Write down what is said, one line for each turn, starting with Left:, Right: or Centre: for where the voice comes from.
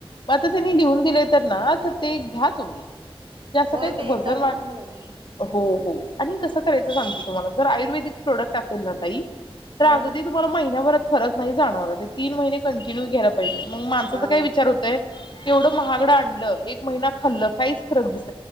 Left: मग आता तीनी लिहून दिलेत तर ना तर ते घ्या तुम्ही म्हणजे अस
Right: होय
Left: काही
Right: ते
Left: वजन
Right: एकदा घेऊन
Left: वा
Right: बघायचं
Left: हो हो आणि कस करायच त सांगते तुम्हाला जर आयुर्वेदिक प्रोडक्ट असेल ना ताई तर
Right: हा
Left: अगदी तुम्हाला महिन्याभरात फरक नाही जाणवणार तीन महिने कंटिन्यू घ्यायला पाहिजे मंग माणसाचा
Right: हा
Left: काय
Right: हा
Left: विचार होतय तेवढं महागड आणलं एक महिना खाल्ल काहीच फरक दिस